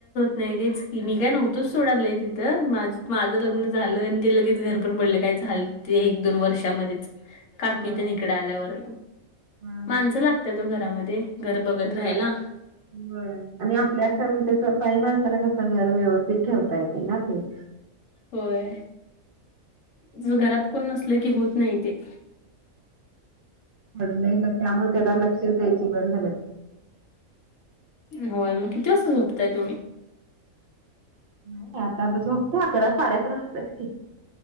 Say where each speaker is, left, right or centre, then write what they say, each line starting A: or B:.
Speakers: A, on the left; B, on the right.
A: नाई रेच की मी काय नव्हतोच सोडालाय तिथं माझ तर माझं
B: हा
A: लग्न झालंन ते लगेच घर पण पडलं काय झालं ते एक दोन वर्षामध्येच काकी
B: होय
A: ते न इकड आल्यावर
B: हा
A: माणसं लागत्यात ओ घरामध्ये. घर बघत
B: होय
A: राहायला
B: बर आणि आपल्या शमच्या बाई माणसाला कसं घर व्यवस्थित ठेवता येतं ना ते.
A: होय ज घरात कोण नसलं की होत नाई ते.
B: पडलय ना त्यामुळे त्याला लक्षच द्यायची बंद झालं
A: होय म किती वाजता झोपताय तुम्ही?
B: नाई आता त झोपतो अकरा साडे अकरा वाजतात की.